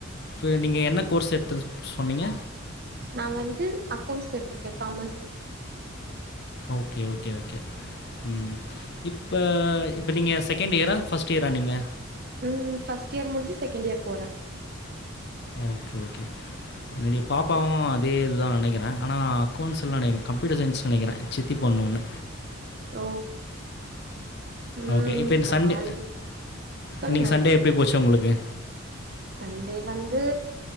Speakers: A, on the left; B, on the right.
A: so நீங்க என்ன கோர்ஸ் எடுத்த சொன்னீங்க
B: நா வந்து அக்கௌண்ட்ஸ் எடுத்திருக்கே காமர்ஸ்
A: ஓகே ஓகே ஓகே ம் இப்ப இப்ப நீங்க செகண்ட் இயரா ஃபர்ஸ்ட் இயரா நீங்க
B: ம் ஃபஸ்ட் இயர் முடிஞ்சி செகண்ட் இயர் போறோ
A: அ ஓகே ஓகே என்னுடைய பாப்பாவூ அதே இதுதா நெனைக்கிறே ஆனா அக்கௌண்டஸில நெனக்கிறே கம்ப்யூட்டர் சயின்ஸ்னு நெனைக்கிறே சித்தி பொண்ணு ஒன்னு
B: ஓ ம்
A: ஓகே இப்போ இந்த
B: கால்
A: சண்டே
B: சொல்லுங்க
A: இன்னிக்கி சண்டே எப்டி போச்சூ உங்களுக்கு
B: சண்டே வந்து